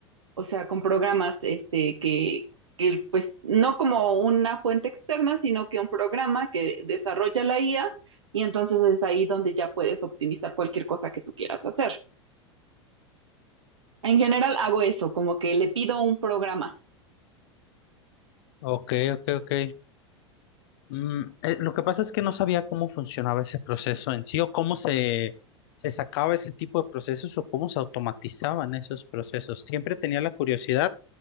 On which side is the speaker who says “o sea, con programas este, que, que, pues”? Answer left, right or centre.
Right